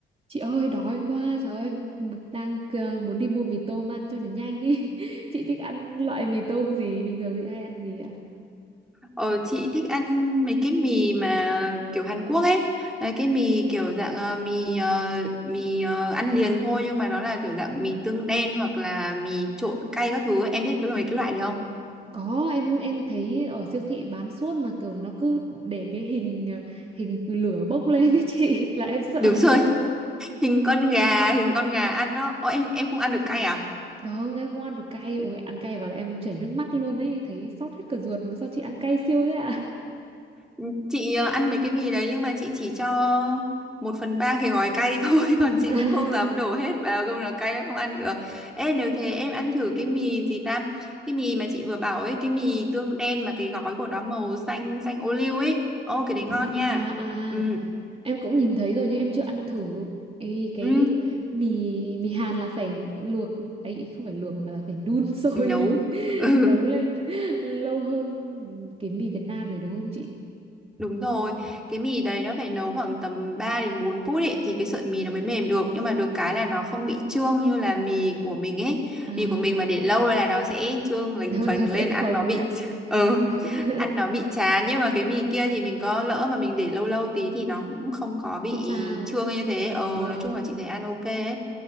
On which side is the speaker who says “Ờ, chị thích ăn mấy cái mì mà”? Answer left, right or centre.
Centre